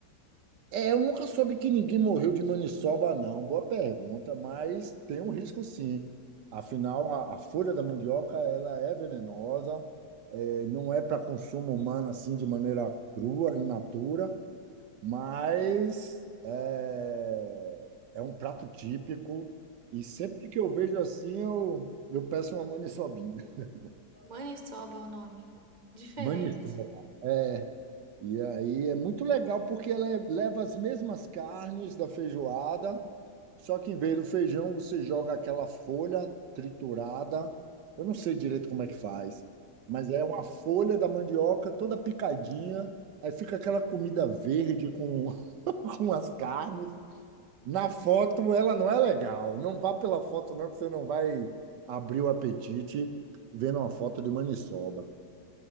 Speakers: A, on the right (about 80°); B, on the right (about 30°).
A: É, eu nunca soube que ninguém morreu de maniçoba, não. Boa pergunta, mas tem um risco sim. Afinal, a, a folha da mandioca ela é venenosa, é, não é para consumo humano assim de maneira crua, in natura, mas é, é um prato típico. E sempre que eu vejo assim, eu, eu peço uma maniçobinha. <laughs>
B: Maniçoba é o nome. Diferente.
A: Maniçoba. é. E aí é muito legal porque ela é- leva as mesmas carnes da feijoada, só que em vez do feijão você joga aquela folha triturada. Eu não sei direito como é que faz, mas é uma folha da mandioca toda picadinha. Aí fica aquela comida verde com, <laughs> com as carnes. Na foto ela não é legal. Não vá pela foto não, que você não vai abrir o apetite vendo uma foto de maniçoba.